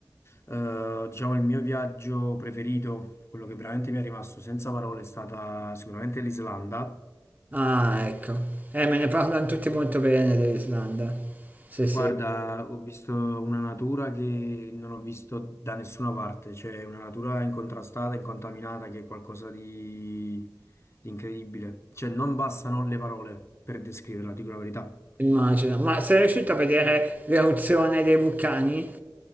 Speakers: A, on the left (about 35°); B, on the right (about 20°).
A: eh, diciamo il mio viaggio preferito, quello che veramente mi è rimasto senza parole è stata sicuramente l'Islanda
B: Ah, ecco, eh, me ne parlano tutti molto bene dell'Islanda, sì sì,
A: Guarda, ho visto una natura che non ho visto da nessuna parte, cioè una natura incontrastata, incontaminata, che è qualcosa di, di incredibile. Cioè, non bastano le parole per descriverla, dico la verità.
B: immagino, ma sei riuscito a vedere l'eruzione dei vulcani?